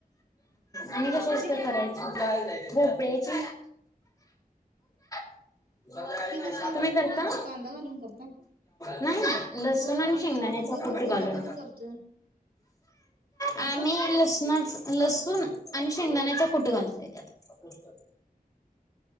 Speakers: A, on the left; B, on the right.
A: आणि कशी
B: कशाची
A: असत्या करायची भोपळा्याची <inaudible>
B: ती कशी
A: तुम्ही करता
B: भाजी कांदा घालून करता.
A: नाही लसूण
B: होय
A: आणि
B: आमच्या
A: शेंगदाण्याचा
B: सासूबाईंच्या
A: कुट
B: पद्धतीने
A: घालून.
B: करतोय कसं.
A: आम्ही लसणाच लसूण आणि शेंगदाणा कुट घालतोय त्यात